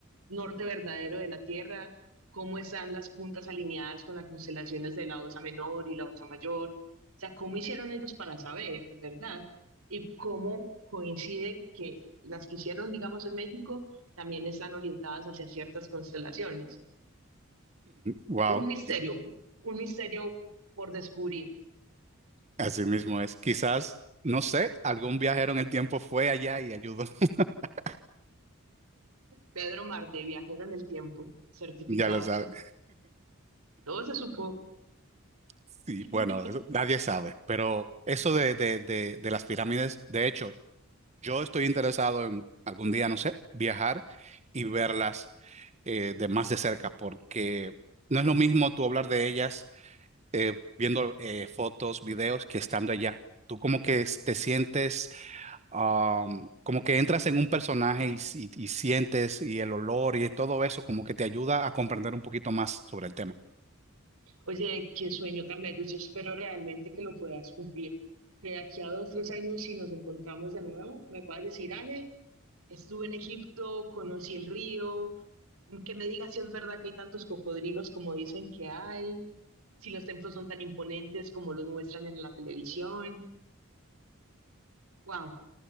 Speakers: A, on the right; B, on the right.
A: norte verdadero de la Tierra, cómo están las puntas alineadas con las constelaciones de la Osa Menor y la Osa Mayor, o sea, cómo hicieron ellos para saber, ¿verdad? Y cómo coincide que las que hicieron, digamos, en México también están orientadas hacia ciertas constelaciones.
B: Wow,
A: Un misterio,
B: <laughs>
A: un misterio por descubrir.
B: así mismo es. Quizás, no sé, algún viajero en el tiempo fue allá y ayudó. <laughs>
A: Pedro Marte, viajero en el tiempo, certificado.
B: Ya lo sabes.
A: Todo se supo.
B: Sí,
A: <laughs>
B: bueno, eso nadie sabe, pero eso de, de, de, de las pirámides, de hecho, yo estoy interesado en algún día, no sé, viajar y verlas eh, de más de cerca, porque no es lo mismo tú hablar de ellas eh, viendo eh, fotos, videos, que estando allá. Tú como que es- te sientes, am, como que entras en un personaje y, si- y sientes y el olor y todo eso, como que te ayuda a comprender un poquito más sobre el tema.
A: Oye, qué sueño tan bello. Yo espero realmente que lo puedas cumplir. Que de aquí a dos, tres años, si nos encontramos de nuevo, me puedas decir, Ale, estuve en Egipto, conocí el río, que me digas si es verdad que hay tantos cocodrilos como dicen que hay, si los templos son tan imponentes como los muestran en la televisión. Wow,